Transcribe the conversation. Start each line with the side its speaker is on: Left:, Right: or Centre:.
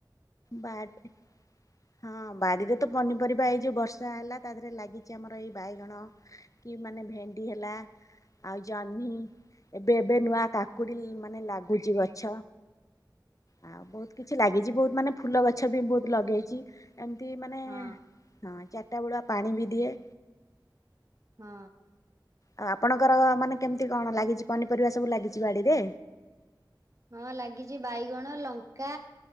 Left: ବାଟ ହଁ ବାଡିରେ ତ ପନିପରିବା ହେଇ ଯୋଉ ବର୍ଷା ହେଲା ତା ଦେହରେ ଲାଗିଛି ଆମର ଏଇ ବାଇଗଣ କି ମାନେ ଭେଣ୍ଡି ହେଲା ଆଉ ଜହ୍ନି ଏବେ ଏବେ ନୂଆ କାକୁଡି ମାନେ ଲାଗୁଛି ଗଛ। ଆଉ ବହୁତ କିଛି ଲାଗିଛି ବହୁତ ମାନେ ଫୁଲ ଗଛ ବି ବହୁତ ଲଗେଇଛି ଏମତି ମାନେ
Right: ହଁ
Left: ହଁ ଉଟା ବୁଡ଼ା ପାଣି ବି ଦିଏ।
Right: ହଁ।
Left: ଆଉ ଆପଣଙ୍କର ମାନେ କେମିତି କଣ ଲାଗିଛି ପନିପରିବା ସବୁ ଲାଗିଛି ବାଡିରେ।
Right: ହଁ ଲାଗିଛି ବାଇଗଣ, ଲଙ୍କା